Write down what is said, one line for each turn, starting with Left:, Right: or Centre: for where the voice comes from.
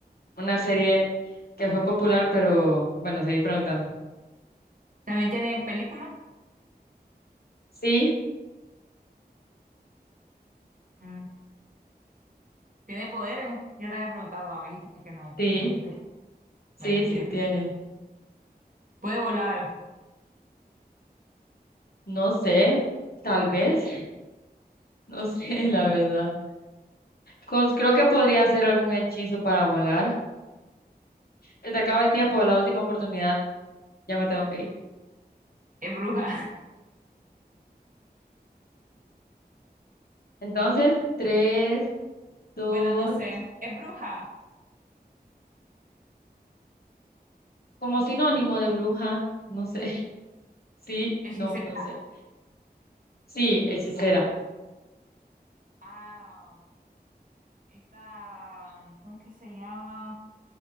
Left: una serie que fue popular, pero bueno, seguí preguntando.
Right: ¿También tiene película?
Left: Sí,
Right: Mm, ¿Tiene poderes? Ya te había preguntado, me dijiste que no,
Left: sí,
Right: o me dijiste,
Left: sí,
Right: me habías
Left: sí
Right: dicho que
Left: tiene.
Right: puede volar,
Left: No sé, tal vez, no sé, <laughs> la verdad. Cons- creo que podría hacer algún hechizo para volar. Se te acaba el tiempo, la última oportunidad, ya me tengo que ir.
Right: es bruja.
Left: Entonces, tres, dos,
Right: Bueno, no sé. Es bruja.
Left: como sinónimo de bruja, no sé. <laughs> Sí,
Right: Hechicera.
Left: no, no sé. Sí, hechicera.
Right: Ah, esta. ¿Cómo es que se llama?